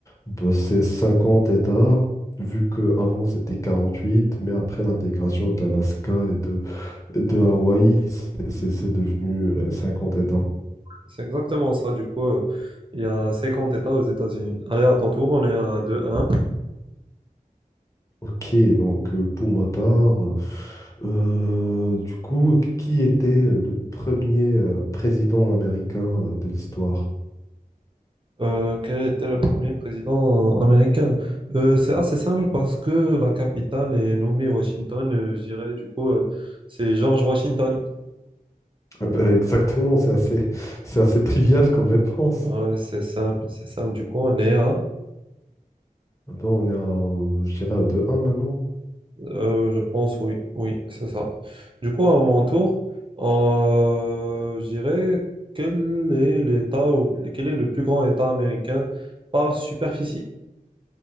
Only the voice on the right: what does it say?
C'est exactement ça, du coup, euh, il y a 50 États aux États-Unis. Allez, à ton tour, on est à deux un.
Euh, quel était le premier président euh, américain? Euh, c'est assez simple parce que la capitale est nommée Washington, euh, je dirais, du coup, euh, c'est George Washington.
Ouais, c'est simple, c'est simple, du coup, on est à
Euh, je pense, oui, oui, c'est ça. Du coup, à mon tour, euh, je dirais quel est l'État ou quel est le plus grand État américain par superficie?